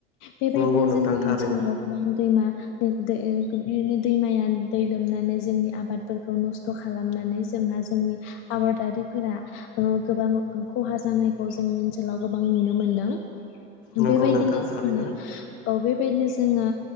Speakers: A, on the left (about 45°); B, on the left (about 60°).
A: बेबायदिनो
B: नंगौ नोंथां
A: जोंनि
B: थारैनो
A: ओनसोलाव गोबां सैमा बे दै ओ गो बि नो दैमाया दै लोमनानै जोंनि आबादफोरखौ नस्थ' खालामनानै जोंहा जोंनि आबादारिफोरा गोबां खहा जानायखौ जोंनि ओनसोलाव गोबां नुनो मोनदों।
B: नंगौ
A: बेबायदिनो
B: नोंथां थारैनो
A: जोङो औ बे बेबायदिनो जोङो